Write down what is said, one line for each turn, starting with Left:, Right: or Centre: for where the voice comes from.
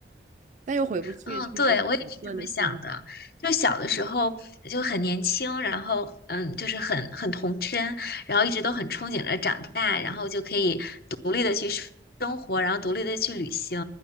Right: 但又回不去，
Left: 嗯，
Right: 就是一种很矛盾的心理。
Left: 对，我也是这么想的。就小的时候就很年轻，然后嗯，就是很很童真，然后一直都很憧憬着长大，然后就可以独立的去生生活，然后独立的去旅行，